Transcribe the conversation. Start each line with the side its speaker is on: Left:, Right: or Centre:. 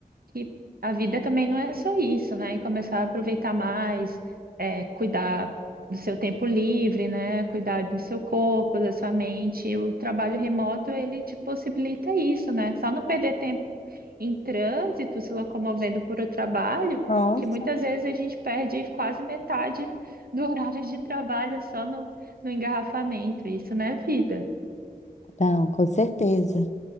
Right: que a vida também não é só isso, né? E começar a aproveitar mais, é, cuidar do seu tempo livre, né? Cuidar do seu corpo, da sua mente. E O trabalho remoto, ele te possibilita isso, né? Só não perder tempo em trânsito, se locomovendo por o trabalho,
Left: nossa.
Right: que muitas vezes a gente perde quase metade do horário de trabalho só no, no engarrafamento. Isso não é vida.
Left: Não, com certeza.